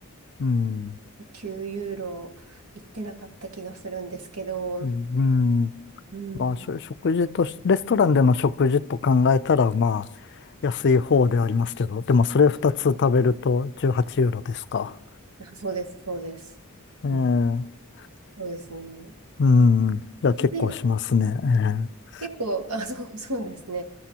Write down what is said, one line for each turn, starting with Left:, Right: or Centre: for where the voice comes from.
Left: うん、
Right: 9ユーロいってなかった気がするんですけど、
Left: うん、
Right: うん。
Left: まあ、しょ食事とし、レストランでの食事と考えたら、まあ、安い方ではありますけど、でもそれ2つ食べると18ユーロですか。
Right: あそうです、そうです。
Left: ええ
Right: うん。そうですね。
Left: うん。いや、結構しますね。
Right: で、
Left: ええ
Right: 結構、<laughs> あ、そう、そうですね。